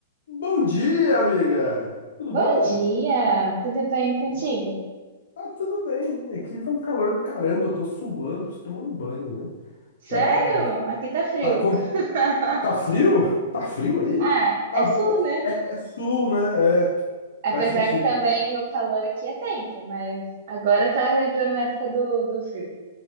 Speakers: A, on the left (about 75°); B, on the right (about 55°).
A: Bom dia, amiga! Tudo
B: Bom
A: bom?
B: dia, tudo bem contigo?
A: Bom- Tá tudo bem. Aqui tá um calor do caramba, eu tô suando, preciso tomar um banho, viu?
B: Sério?
A: Tá,
B: Aqui tá frio.
A: tá, com...
B: <laughs>
A: tá frio? Tá frio aí?
B: Ah,
A: Ah,
B: é
A: bom,
B: sul, né?
A: é, é sul, né? É,
B: Apesar
A: faz sentido.
B: que também o calor aqui é tenso, mas agora tá entrando na época do, do frio.